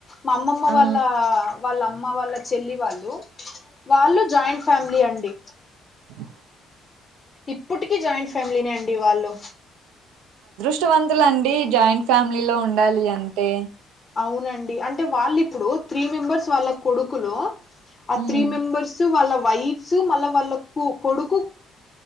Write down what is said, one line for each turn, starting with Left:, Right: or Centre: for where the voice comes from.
Left: మా అమ్మమ్మ
Right: ఆ
Left: వాళ్ళ వాళ్ళ అమ్ అమ్మ వాళ్ళ చెల్లి వాళ్ళు వాళ్ళు జాయింట్ ఫ్యామిలీ అండి
Right: ఆ
Left: ఇప్పటికీ జాయింట్ ఫ్యామిలీనే అండి వాళ్ళు
Right: అద్రుష్టవంతుల అండి జాయింట్ ఫ్యామిలీ లో ఉండాలి అంటే
Left: అవునండి అంట్ అంటే వాళ్ళు ఇప్పుడు త్రీ మెంబర్స్ వాళ్ళ కొడుకులు ఆ
Right: మ్మ్
Left: త్రీ మెంబర్స్ మాళ్ళ వ్ వైఫ్స్ మళ్ళా వాళ్ళకు కొడుకు